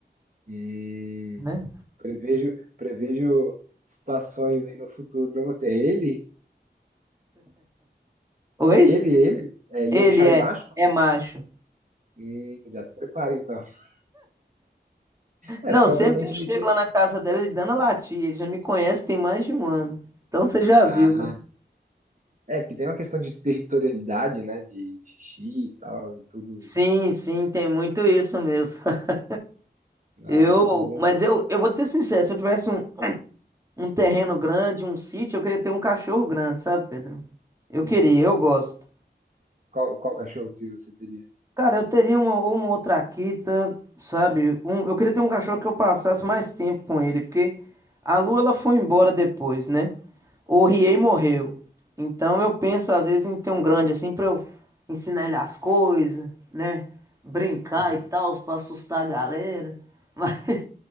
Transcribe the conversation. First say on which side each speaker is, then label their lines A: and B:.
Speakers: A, on the right; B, on the right.
A: E
B: né?
A: prevejo, prevejo situações aí no futuro para você. Ele?
B: Oi?
A: É ele, ele? É Yorkshire
B: Ele é,
A: Macho?
B: é macho.
A: Hum, já se prepara então. <laughs> É,
B: Não,
A: porque
B: sempre
A: obviamente
B: que eu chego
A: vai ter.
B: lá na casa dela, ele dando a latir, ele já me conhece tem mais de um ano. Então você já
A: Ah,
B: viu, né?
A: é que tem uma questão de territorialidade, né? De xixi e tal, e tudo.
B: Sim, sim, tem muito isso mesmo. <laughs>
A: Ah,
B: Eu,
A: muito bom.
B: mas eu, eu vou te ser sincero, se eu tivesse um, um terreno grande, um sítio, eu queria ter um cachorro grande, sabe, Pedro? Eu
A: E
B: queria, eu gosto.
A: qual, qual cachorro que você teria?
B: Cara, eu teria uma, uma outra Akita, sabe? Um, eu queria ter um cachorro que eu passasse mais tempo com ele, porque a Lu ela foi embora depois, né? O Riei morreu. Então eu penso às vezes em ter um grande assim pra eu ensinar ele as coisas, né? Brincar
A: Uhum.
B: e tal, pra assustar a galera. Mas <laughs>